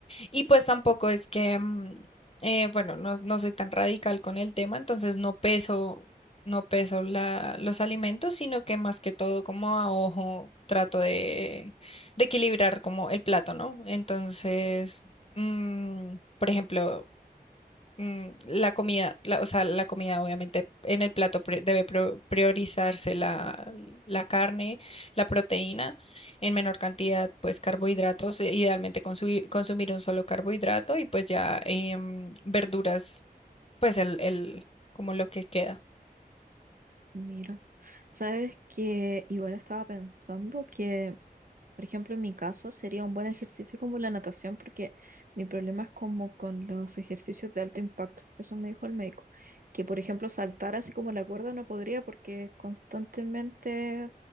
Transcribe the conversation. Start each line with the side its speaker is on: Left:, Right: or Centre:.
Left: Y pues tampoco es que, mm, eh, bueno, no, no soy tan radical con el tema, entonces no peso, no peso la, los alimentos, sino que más que todo como a ojo trato de, de equilibrar como el plato, ¿no? Entonces, mm, por ejemplo, Mm, La comida, la- o sea, la comida obviamente en el plato pre- debe pro- priorizarse la, la carne, la proteína, en menor cantidad, pues carbohidratos, e- idealmente consumir, consumir un solo carbohidrato y pues ya em, verduras, pues el, el, como lo que queda,
Right: Mira, sabes que igual estaba pensando que Por ejemplo, en mi caso sería un buen ejercicio como la natación, porque mi problema es como con los ejercicios de alto impacto. Eso me dijo el médico. Que, por ejemplo, saltar así como la cuerda no podría porque constantemente